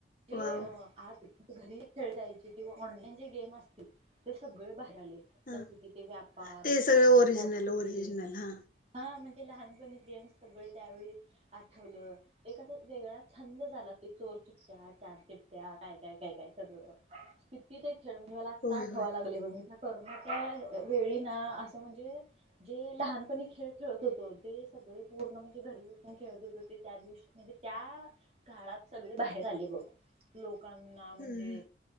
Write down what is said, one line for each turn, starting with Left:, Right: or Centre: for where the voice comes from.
Right: जे
Left: वाव
Right: अ आत घरी खेळायचे किंवा ऑनलाईन जे गेम असतील ते सगळे बाहेर झाले
Left: हा
Right: जस की, ते व्यापार
Left: ते सगळे
Right: आणि
Left: ओरिजिनल
Right: ते सापशिडी
Left: ओरिजिनल हा
Right: हा नं ते लहानपणी गेम सगळे त्यावेळी आठवलं एक असा वेगळा छंद झाला ते चोर चिठ्ठया चार चिठ्ठया काय, काय, काय, काय सगळं किती ते खेळ? म्हणजे मला आत्ता
Left: होय
Right: आठवा
Left: होय
Right: लागलय बघ म कोरोनाच्या वेळी ना असं म्हणजे जे लहानपणी खेळ खेळत होतो ते सगळे पूर्ण म्हणजे घरी बसून खेळत होतो, ते त्या दिवशी म्हणजे त्या काळात सगळे बाहेर आले बघ. लोकांना म्हणजे
Left: हम्म हम्म